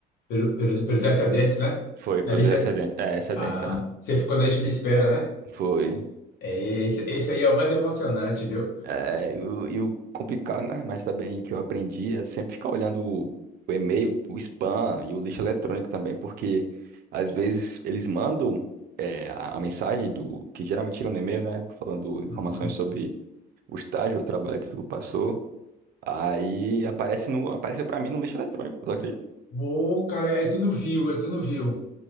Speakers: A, on the left (about 70°); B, on the right (about 65°).
A: pelo, pelo- pelos excedentes, né?
B: Foi, pelos
A: Na lista,
B: excedentes. É, excedentes,
A: ah,
B: aham.
A: você ficou na lista de espera, né?
B: Foi.
A: É, Esse, esse aí é o mais emocionante, viu?
B: É, e o e o complicado, né? Mas também que eu aprendi é sempre ficar olhando o, o e-mail, o spam e o lixo eletrônico também, porque às vezes eles mandam. é, a a mensagem do que geralmente chega no e-mail, né, falando informações
A: Uhum.
B: sobre o estágio, o trabalho que tu passou. Aí aparece no, apareceu pra mim no lixo eletrônico, tu acredita?
A: Uou, cara, aí tu não viu, aí tu não viu.